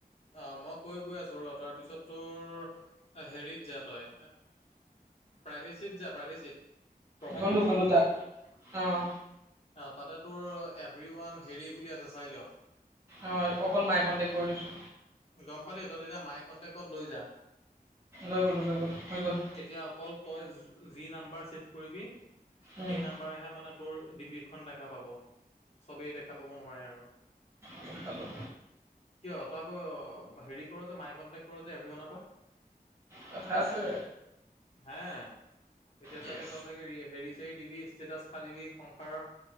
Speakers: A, on the left; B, on the right.
A: অ', মই কৈ গৈ আছোঁ ৰ তাৰপিছত তোৰ হেৰিত যা তই প্ৰাইভেচিট যা প্ৰাইভেচিট। প্ৰফাইল
B: গ'লোঁ
A: পিকচাৰ
B: গ'লোঁ
A: গলি?
B: তাত অঁ
A: অ', তাতে তোৰ এভৰি ওৱান হেৰি বুলি আছে চাই ল।
B: অ', অকল মাই কণ্টেক্ট কৰি ঠয়ছো।
A: গম পালি তই তেতিয়া মাই কণ্টেক্টত লৈ যা।
B: লৈ গ'লো লৈ গ'লো হৈ গ'ল।
A: এতিয়া অকল তই যি নাম্বাৰ ছেভ কৰিবি
B: উম,
A: সেই নাম্বাৰহে মানে তোৰ ডিপিকখন দেখা পাব চবেই দেখা পাব নোৱাৰে আৰু।
B: গম পালো।
A: কিয় তই আকৌ হেৰি কৰ যে মাই কণ্টেক্ট কৰ যে এভৰিৱানৰ পৰা।
B: কথা আছে।
A: হা এতিয়া
B: য়েছ
A: চাগে তই চাগে হেৰি চেৰি দিবি ষ্টেটাছ ফালিবি সংসাৰ